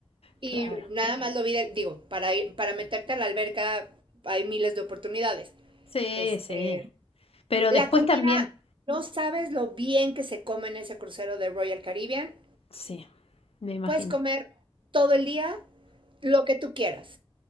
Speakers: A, on the right (about 60°); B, on the left (about 85°).
A: Y
B: claro.
A: nada más lo vi, de- digo, para ir, para meterte a la alberca hay miles de oportunidades.
B: Sí,
A: Este,
B: sí. Pero
A: la
B: después
A: comida,
B: también,
A: no sabes lo bien que se come en ese crucero de Royal Caribbean.
B: sí, me imagino.
A: Puedes comer todo el día lo que tú quieras.